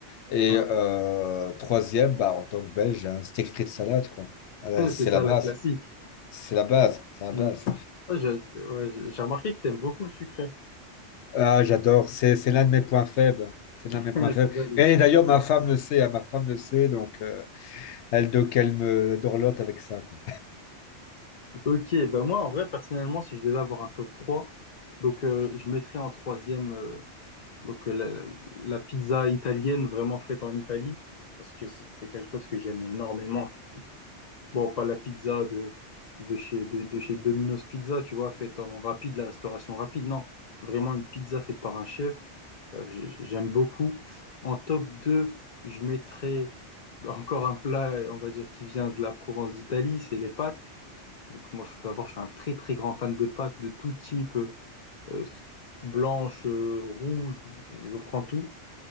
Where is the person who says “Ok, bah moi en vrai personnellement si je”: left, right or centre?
Left